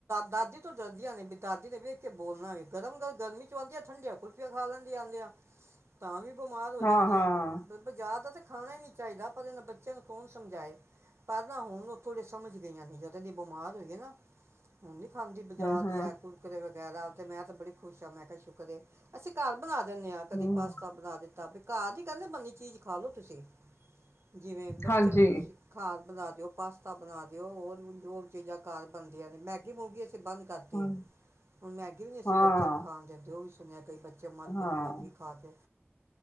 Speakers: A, on the right; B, on the left.
A: ਦਾਦੀ ਡਰਦੀਆਂ ਨੇ ਵੀ, ਦਾਦੀ ਨੇ ਵੇਖ ਕੇ ਬੋਲਣਾ ਵੀ, ਗਰਮ ਗ ਗਰਮੀ ਚ ਆਉਂਦੀ ਆ ਠੰਡੀਆਂ ਕੁਲਫੀਆਂ ਖਾ ਲੰਦੀਆਂ ਆਉਂਦੇ ਆ ਤਾਂ ਵੀ ਬਿਮਾਰ ਹੋ
B: ਹਾਂ
A: ਜਾਂਦੀ
B: ਹਾਂ
A: ਹੈ ਜ਼ਿਆਦਾ ਤੇ। ਖਾਣਾ ਨੀ ਚਾਹੀਦਾ। ਪਰ ਇਹਨਾਂ ਬੱਚਿਆਂ ਨੂੰ ਕੌਣ ਸਮਜਾਏ ਪਰ ਨਾ ਹੁਣ ਥੋੜੇ ਸਮਜ ਗਈਆਂ ਨੇ ਜਦੋ ਦੀ ਬਿਮਾਰ ਹੋਏ ਨਾ ਹੁਣ ਨੀ ਖਾਂਦੀ
B: ਹੂੰ
A: ਜਾਦੀ
B: ਹੂੰ
A: ਹੈ ਕੁੁਰਕਰੇ ਵਿੱਚ ਮੈਂ ਤਾਂ ਬੜੀ ਖੁਸ਼ ਆ ਮੈਂ ਕਿਹਾ, ਸ਼ੁਕਰ ਹੈ। ਅਸੀਂ ਘਰ ਬਣਾ ਦਿੰਦੇ ਹਾਂ ਕਦੀ
B: ਹੂੰ,
A: ਪਾਸਤਾ ਬਣਾ ਦਿੰਦੇ ਘਾਹ ਦੀ ਕਹਿੰਦੇ ਬਨੀ ਚੀਜ਼ ਖਾ ਲੋਓ ਤੁਸੀਂ ਜਿਵੇਂ ਬੱਚਿਆਂ
B: ਹਾਂਜੀ
A: ਨੂੰ ਤੁਸੀਂ ਘਾਰ ਬਣਾ ਜੋ ਪਾਸ ਪਾਸਤਾ ਬਣਾ ਦਿਓ ਉਹ ਚੀਜ਼ਾਂ ਘਰ ਬਣਦੀਆਂ ਨੇ, ਮੈਗੀਮੂਗੀ ਅਸੀਂ ਬੰਦ ਕਰਦੇ
B: ਹਾਂ
A: ਆ ਹੁਣ ਮੈਗੀ ਵੀ ਨੀ, ਅਸੀਂ
B: ਹਾਂ
A: ਬੱਚਿਆਂ ਨੂੰ ਖਾਣ ਦਿੰਦੇ ਉਹ ਵੀ <unintelligible> ਕਈ ਬੱਚੇ ਮਰਦੇ
B: ਹਾਂ,
A: ਨੇ ਮੈਗੀ ਖਾਕੇ।